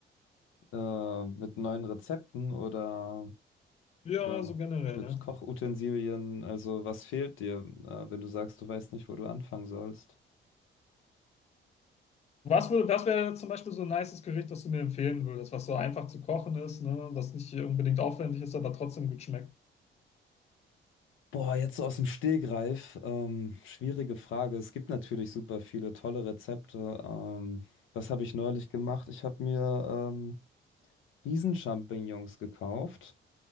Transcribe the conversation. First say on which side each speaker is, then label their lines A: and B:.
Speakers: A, on the left (about 80°); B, on the left (about 35°).
A: Äh, mit neuen Rezepten oder
B: Ja,
A: ähm,
B: so generell,
A: mit
B: ne?
A: Kochutensilien, also was fehlt dir, äh, wenn du sagst, du weißt nicht, wo du anfangen sollst?
B: Was, wür- was wäre zum Beispiel so ein nices Gericht, das du mir empfehlen würdest, was so einfach zu kochen ist, ne? Was nicht unbedingt aufwendig ist, aber trotzdem gut schmeckt?
A: Boah, jetzt so aus dem Stegreif, ähm, schwierige Frage. Es gibt natürlich super viele tolle Rezepte. Ähm, was habe ich neulich gemacht? Ich habe mir ähm, Riesenchampignons gekauft